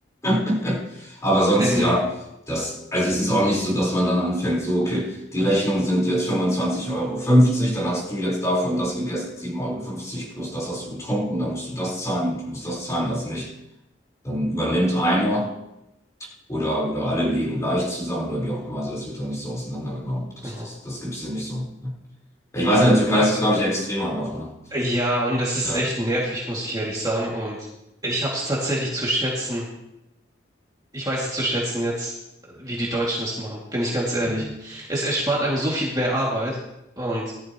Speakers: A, on the left; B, on the right.
A: <laughs> Aber sonst
B: In,
A: ja, das, also es ist auch nicht so, dass man dann anfängt, so, okay, die Rechnung sind jetzt fünfundzwanzig Euro, fünfzig dann hast du jetzt davon das gegessen, sieben Euro fünfzig plus das hast du getrunken, dann musst du das zahlen und du musst das zahlen, das nicht. Dann übernimmt einer oder, oder alle legen leicht zusammen oder wie auch immer. Also das wird dann nicht so auseinandergenommen. Das,
B: genau.
A: das, das gibt es hier nicht so. Ne? Ich weiß, in der Türkei
B: Also,
A: ist das, glaube ich, extremer noch, ne?
B: ja, und es ist
A: Ja.
B: echt nervig, muss ich ehrlich sagen. Und ich hab's tatsächlich zu schätzen. Ich weiß es zu schätzen jetzt, wie die Deutschen es machen, bin ich ganz ehrlich.
A: Mhm.
B: Es erspart einem so viel mehr Arbeit. Und